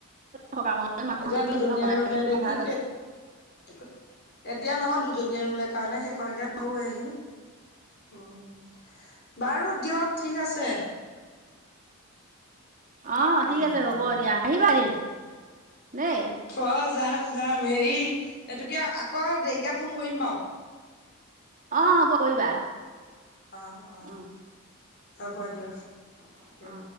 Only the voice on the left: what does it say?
এতিয়া দুজনীয়ে
আৰু ৰুলোই
দেখি
সে
এতিয়া নহয় দু জনীয়া ৰুলে কাৰণে সেইখনকে হৈ আহিল উম। বাৰু দিয়ক ঠিক আছে।
উম,
উম,
অ যাম যাম হেৰি এইটোকে আকৌ দেৰিকে ফোন কৰিম বাৰু
অঁ অঁ
হ'ব দিয়ক
উম